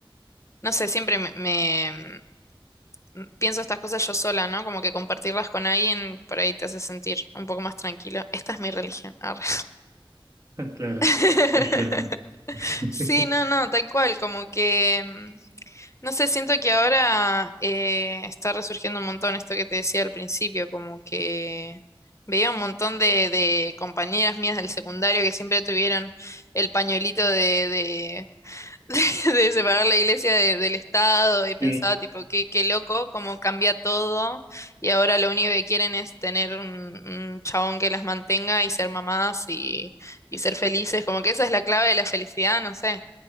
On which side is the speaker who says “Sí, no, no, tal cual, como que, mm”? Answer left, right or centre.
Left